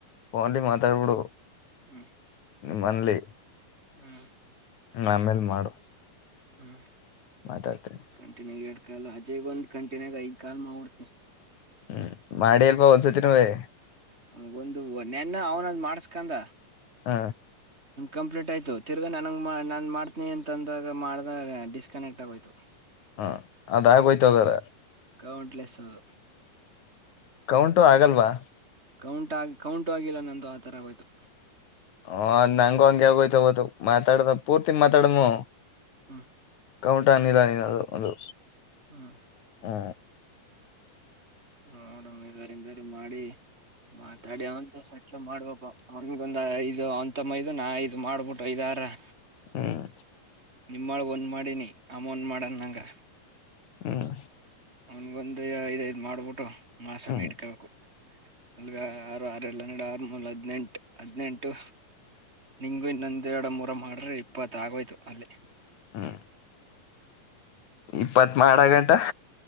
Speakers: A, on the left; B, on the right.
A: ಫನ್ಲಿ ಮಾತಾಡಬುಡು
B: ಹ್ಮ್
A: ನಿಮ್ಮಲ್ಲಿ
B: ಹ್ಮ್
A: ಆಮೇಲ್ ಮಾಡು
B: ಹ್ಮ್
A: ಮಾತಾಡ್ತೀನಿ
B: ಕಂಟಿನ್ಯೂ ಗಡ್ ಕಲ್ಲ ಅಜೆಗ ಒಂದು ಕಂಟನ್ಾಗ ದ್ ಕಲ್ ಮಾಡ್ಿಡ್ತಿ
A: ಹ್ಮ್ ಮಾಡಿ ಅಲ್ವಾ ಒಸತಿಿನವೇ
B: ಹ ಒಂದು ನೆನ್ನ ಅವನದ ಮಾಡಸ್ಕಂದ
A: ಹ
B: ಕಂಪ್ಲೀಟ್ ಆಯ್ತು ತಿರ್ಗಾ ನನಗೆ ನಾನು ಮಾಡ್ತೀನಿ ಅಂತಂದಾಗ ಮಾಡ್ದಾಗ ಡಿಸ್ಕನೆಕ್ಟ್ ಆಗೋಯ್ತು
A: ಹ್ಮ ಅದಾಗೋಯ್ತೋಗಾರ
B: ಕೌಂಟ್ಲೆಸ್ ಅದು
A: ಕೌಂಟು ಆಗಲ್ವಾ
B: ಕೌಂಟ್ ಆಗಿ ಕೌಂಟು ಆಗಿಲ್ಲ ನಂದು ಆ ತರ ಹೋಯ್ತು
A: ಹ ಅ ನಂಗ ಹಂಗಗೆ ಆಗೋಯ್ತವದು ಮಾತಾಡ್ದ ಪೂರ್ತಿ ಮಾತಾಡ್ನು
B: ಹಾ
A: ಕೌಂಟ ಅನಿಲ್ಲ ನೀನ ಅದು ಅದು
B: ಹ್ಮ
A: ಹಾ
B: ನೋಡ ಇವ ಎಂಗಾರು ಮಾಡಿ ಮತಾಡ ಅವನ್ತಸ ಮಾಡ್ಬೇಕು ಅವ್ರಗೊಂದ ಇದು ಅಂತಮ್ಮ ಇದು ನಾ ಇದು ಮಾಡ್ಬಿಟ್ಟು ಐದಾರ <inaudible>
A: ಹ್ಮ್
B: ನಿಮ್ಮಳಗ ಒಂದ್ ಮಾಡಿನಿ ಅಮನ್ ಮಾಡಣ ನಂಗ
A: ಹ್ಮ್ ಹ್ಮ್
B: ಅವನ್ ಮುಂದೆ ಐದ್ ಐದ್ ಮಾಡ್ಬಿಟ್ಟು ಮಾಸ
A: ಹ್ಮ್
B: ವೇಟಕಬೇಕ ನಲ್ಗ ಆರು ಆರಲ್ಲ ಒಂದ್ ಆರುನೂರು ಹದಿನೆಂಟು ಹದಿನೆಂಟು ನಿಂಗು ಇನ್ನಂದ್ ಎರಡು ಮೂರ ಮಾಡಿದ್ರೆ ಇಪ್ಪತ್ತ ಆಗೋಯ್ತು ಅಲ್ಲೇ
A: ಹ್ಮ್ ಇಪ್ಪತ್ ಮಾಡ ಗಂಟ